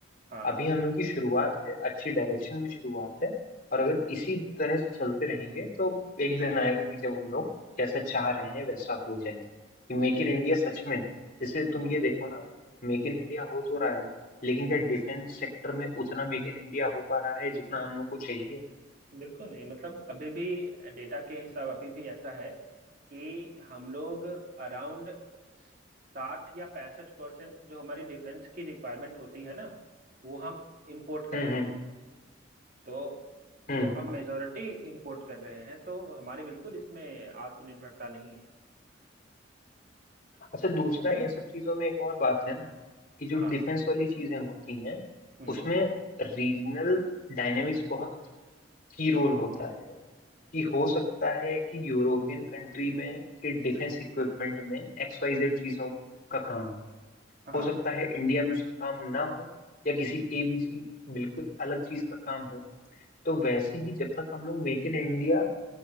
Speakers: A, on the right; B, on the left.
A: हाँ
B: अभी हम लोग की शुरुआत है अच्छी डायरेक्शन में शुरुआत है और अगर इसी तरह से चलते रहेंगे तो एक दिन आएगा कि जब हम लोग जैसा चाह रहे हैं वैसा हो जाए कि मेक इन इंडिया सच में जैसे
A: हम्म
B: तुम ये देखो ना मेक इन इंडिया हो तो रहा है लेकिन क्या डिफेंस सेक्टर में उतना मेक इन इंडिया हो पा रहा है जितना हम लोग को चाहिए
A: बिल्कुल नहीं मतलब अभी भी डेटा के हिसाब अभी भी ऐसा है कि हम लोग अराउंड साठ या पैंसठ परसेंट जो हमारी डिफेंस की रिक्वायरमेंट होती है ना वो हम इंपोर्ट कर
B: हम्म
A: रहे
B: हम्म
A: हैं तो
B: हम्म
A: जब हम मेजोरिटी इंपोर्ट कर रहे हैं तो हमारे बिल्कुल इसमें आत्मनिर्भरता नहीं है
B: अच्छा दूसरा इन सब चीजों में एक और बात है ना कि जो
A: हाँ
B: डिफेंस वाली चीजें होती हैं
A: हम्म
B: उसमें रीजनल डायनेमिक्स बहुत की रोल होता है कि हो सकता है कि यूरोपियन कंट्री में के डिफेंस इक्विपमेंट में एक्स वाई जेड चीजों का काम है
A: हाँ
B: हो सकता है इंडिया में उसका काम ना हो या किसी एबीसी बिल्कुल अलग चीज का काम हो तो वैसे ही जब तक हम लोग मेक इन इंडिया